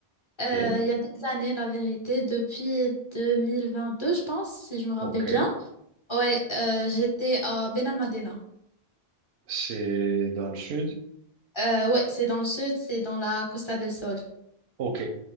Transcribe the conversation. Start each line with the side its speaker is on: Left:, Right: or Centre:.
Left: Euh,
Right: Ok,
Left: il y a des années, la vérité, depuis 2022, je pense, si je me rappelle
Right: ok.
Left: bien. Oui, j'étais à Benalmádena.
Right: C'est dans le sud.
Left: Euh, ouais, c'est dans le sud, c'est dans la Costa del Sol.
Right: Ok.